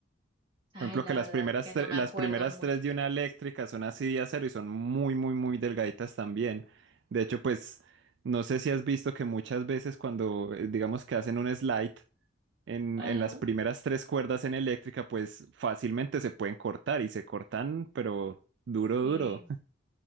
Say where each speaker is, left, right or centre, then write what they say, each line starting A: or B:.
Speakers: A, on the right; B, on the right.
A: Ay,
B: Por ejemplo,
A: la
B: que las
A: verdad
B: primeras,
A: es que no
B: tre-
A: me
B: las
A: acuerdo
B: primeras
A: mucho.
B: tres de una eléctrica son así de acero y son muy, muy, muy delgaditas también. De hecho, pues, no sé si has visto que muchas veces cuando, eh, digamos que hacen un slide en,
A: Ajá,
B: en las primeras tres cuerdas en eléctrica, pues fácilmente se pueden cortar y se cortan, pero duro,
A: sí.
B: duro.